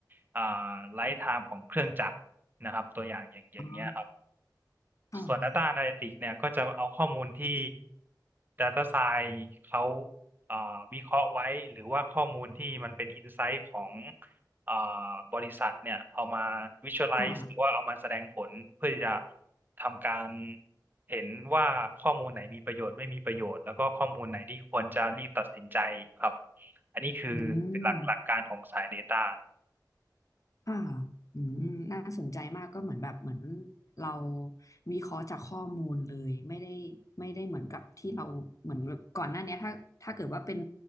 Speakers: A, on the right; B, on the left.
A: เอ่อไลฟ์ไทม์ของเครื่องจักรนะครับตัวอย่างอย่างอย่างเงี้ยครับ
B: อ๋อค่ะ
A: ส่วน Data Analytics เนี่ยก็จะเอาข้อมูลที่ Data Science เขาเอ่อวิเคราะห์ไว้หรือว่าข้อมูลที่มันเป็น Insight ของเอ่อบริษัทเนี่ยเอามา Visualize
B: ค่ะ
A: หรือว่าเอามาแสดงผลเพื่อที่จะทำการเห็นว่าข้อมูลไหนมีประโยชน์ไม่มีประโยชน์แล้วก็ข้อมูลไหนที่ควรจะรีบตัดสินใจครับอันนี้คือ
B: อืม
A: หลักหลักการของสาย Data
B: ค่ะอืมน่าสนใจมากก็เหมือนแบบเหมือนเราวิเคราะห์จากข้อมูลเลยไม่ได้ไม่ได้เหมือนกับที่เราเหมือนแบบก่อนหน้าเนี้ยถ้าถ้าเกิดว่าเป็น